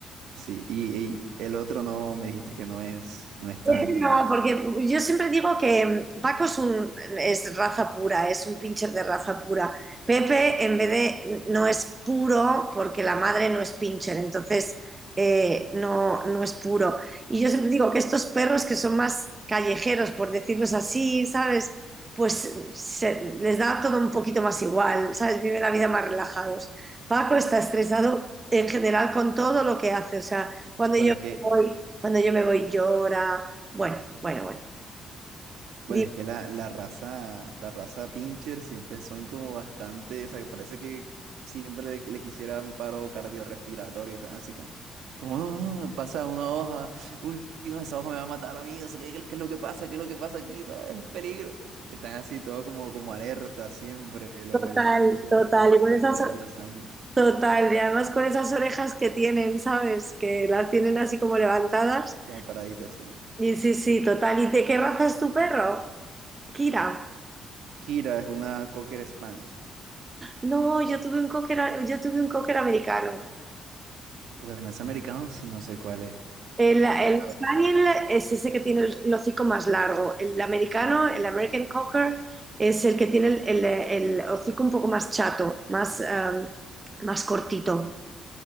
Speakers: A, on the right; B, on the right.
A: sí, y, y el otro no, me dijiste que no es, no es tan,
B: Pepe No, porque yo siempre digo que Paco es un es raza pura, es un pincher de raza pura. Pepe, en vez de no es puro, porque la madre no es pincher, entonces eh, no, no es puro. Y yo siempre digo que estos perros que son más callejeros, por decirlos así, ¿sabes? Pues se- les da todo un poquito más igual, ¿sabes? Viven la vida más relajados. Paco está estresado en general con todo lo que hace, o sea, cuando
A: bueno,
B: yo
A: es que
B: me voy, cuando yo me voy llora bueno, bueno, bueno.
A: Bueno,
B: Di-
A: es que la, la raza, la raza Pinscher siempre son como bastante, o sea, que parece que siempre le, le quisiera un paro cardiorrespiratorio, están así como, como, no, no, pasa una hoja, uy, no, esa hoja me va a matar a mí, no sé qué, qué es lo que pasa, qué es lo que pasa aquí, no, es un peligro. Están así todo como, como alerta siempre, los,
B: Total,
A: los Pinscher,
B: total.
A: los Pinscher
B: Y con esas,
A: de
B: o-
A: pura sangre,
B: total. Y además con esas orejas que tienen, ¿sabes? Que las tienen así como levantadas.
A: como paraditas así.
B: Y sí, sí, total. ¿Y de qué raza es tu perro? Kira.
A: Kira es una Cocker Spanish.
B: No, yo tuve un cocker, yo tuve un cocker americano.
A: Bueno, es americano, sí, no sé cuál es.
B: El, el
A: Pero,
B: Spaniel es ese que tiene el, el hocico más largo. El americano, el American Cocker, es el que tiene el, el- el hocico un poco más chato, más, em, más cortito.